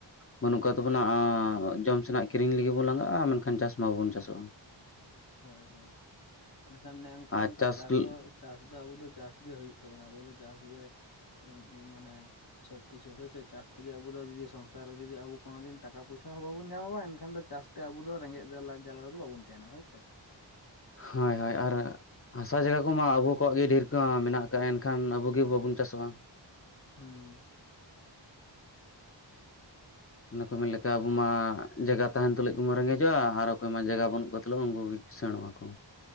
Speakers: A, on the left; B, on the left.
A: ᱵᱟᱹᱱᱩᱜ ᱠᱟᱜ ᱛᱟᱵᱚᱱᱟ, ᱟᱸ ᱡᱚᱢ ᱥᱮᱱᱟᱜ ᱠᱤᱨᱤᱧ ᱞᱟᱹᱜᱤᱫ ᱵᱚᱱ ᱞᱟᱜᱟᱜᱼᱟ, ᱢᱮᱱᱠᱷᱟᱱ ᱪᱟᱥ ᱢᱟ ᱵᱟᱵᱚᱱ ᱪᱟᱥᱚᱜᱼᱟ᱾
B: ᱦᱳᱭ ᱦᱳᱭ ᱢᱮᱱᱠᱷᱟᱱ ᱚᱱᱮ ᱚᱝᱠᱟ
A: ᱟᱨ
B: ᱚᱝᱠᱟ ᱪᱟᱥ
A: ᱦᱳᱭ
B: ᱫᱚ ᱪᱟᱥ ᱫᱚ ᱟᱵᱚ ᱫᱚ ᱪᱟᱥᱜᱮ ᱦᱩᱭᱩᱜ ᱛᱟᱵᱚᱱᱟ, ᱟᱵᱚ ᱫᱚ ᱪᱟᱥ ᱜᱮ ᱩᱢ ᱩᱸ ᱢᱟᱱᱮ ᱥᱚᱵ ᱠᱤᱪᱷᱩ ᱦᱳᱭᱥᱮ ᱪᱟᱥᱛᱮᱜᱮ ᱟᱵᱚ ᱫᱚ ᱡᱩᱫᱤ ᱥᱚᱝᱥᱟᱨ ᱨᱮ ᱡᱩᱫᱤ ᱟᱵᱳ ᱠᱚᱱᱳ ᱫᱤᱱ ᱴᱟᱠᱟ-ᱯᱚᱭᱥᱟ ᱦᱚᱸ ᱵᱟᱵᱚᱱ ᱧᱟᱢᱟ ᱮᱠᱷᱟᱱ ᱫᱚ ᱪᱟᱥ ᱛᱮ ᱟᱵᱚ ᱫᱚ ᱨᱮᱸᱜᱮᱡ ᱞᱟᱡ ᱡᱟᱞᱟ ᱨᱮᱫᱚ ᱵᱟᱵᱚᱱ ᱛᱟᱦᱮᱱᱟ ᱦᱳᱭ ᱥᱮ᱾
A: ᱦᱳᱭ ᱦᱳᱭ ᱟᱨ ᱦᱟᱥᱟ ᱡᱟᱜᱟ ᱠᱚᱢᱟ ᱟᱵᱚ ᱠᱚᱣᱟᱜ ᱜᱮ ᱰᱷᱤᱨ ᱠᱚ ᱢᱟ ᱢᱮᱱᱟᱜ᱾ ᱛᱟᱦᱮᱱᱠᱷᱟᱱ ᱟᱵᱚᱜ ᱜᱮ ᱵᱟᱵᱚᱱ ᱪᱟᱥᱚᱜᱼᱟ᱾
B: ᱦᱩᱸ
A: ᱚᱱᱟ ᱠᱚ ᱢᱮᱱᱮᱞᱮ ᱠᱟ ᱟᱵᱚ ᱢᱟ ᱡᱟᱭᱜᱟ ᱛᱟᱦᱮᱱ ᱛᱩᱞᱩᱡ ᱠᱚᱵᱚᱱ ᱨᱮᱸᱜᱮᱡᱚᱜᱼᱟ ᱟᱨ ᱚᱠᱚᱭ ᱢᱟ ᱡᱟᱭᱜᱟ ᱵᱟᱹᱱᱩᱜ ᱠᱚᱣᱟ ᱛᱟᱞᱦᱮ ᱩᱝᱠᱩ ᱜᱮ ᱠᱤᱥᱟᱺᱬᱚᱜᱼᱟ ᱠᱚ᱾